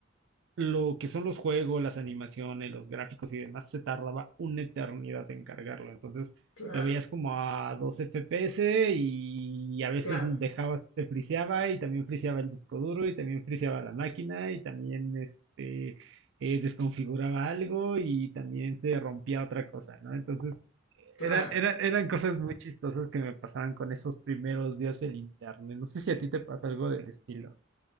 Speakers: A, on the right (about 65°); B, on the left (about 85°).
A: lo que son los juegos, las animaciones, los gráficos y demás, se tardaba una eternidad en cargarlo. Entonces
B: claro,
A: lo veías como a 2 FPS y a veces
B: claro,
A: dejaba, se friseaba y también friseaba el disco duro y también friseaba la máquina y también este eh, desconfiguraba algo y también se rompía otra cosa, ¿no? Entonces
B: claro.
A: eran, eran, eran cosas muy chistosas que me pasaban con esos primeros días del internet. No sé si a ti te pasa algo del estilo.